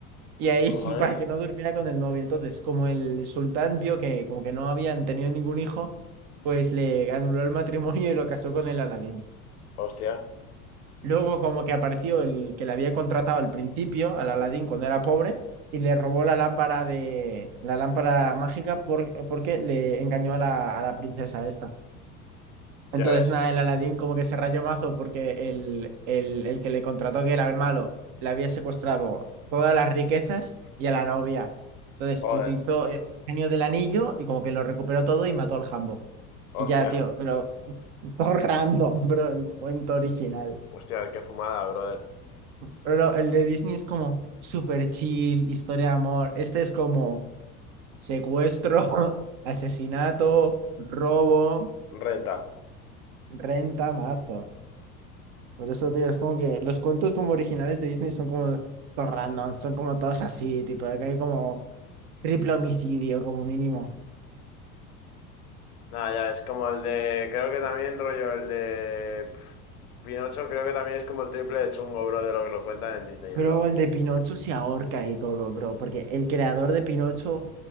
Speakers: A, on the right; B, on the left.
A: y ahí
B: ¿Cojones?
A: <laughs> sí, para que no durmiera con el novio. Entonces, como el sultán vio que como que no habían tenido ningún hijo, pues le anuló el matrimonio y lo casó con el Aladdin.
B: Hostia.
A: Luego como que apareció el que le había contratado al principio, al Aladín cuando era pobre, y le robó la lámpara de la lámpara mágica por- porque le engañó a la, a la princesa esta.
B: Ya
A: Entonces
B: ves.
A: nada, el Aladín como que se rayó mazo porque el, el, el que le contrató, que era el malo, le había secuestrado todas las riquezas y a la novia. Entonces
B: Joder.
A: utilizó el genio del anillo y como que lo recuperó todo y mató al Jambo. Y
B: Hostia.
A: ya, tío, pero <laughs> todo random, bro, el cuento original.
B: Hostia, qué fumada, brother.
A: Pero no, el de Disney es como super chill, historia de amor. Este es como secuestro, <laughs> asesinato, robo,
B: Renta.
A: renta, mazo. Por eso, tío, es como que los cuentos como originales de Disney son como todos random, son como todos así, tipo, acá hay como triple homicidio como mínimo.
B: Nada, ya, es como el de. Creo que también, rollo, el de. pf, Pinocho, creo que también es como el triple de chungo, bro, de lo que lo cuentan en Disney,
A: Pero
B: bro.
A: el de Pinocho se ahorca y todo, bro, porque el creador de Pinocho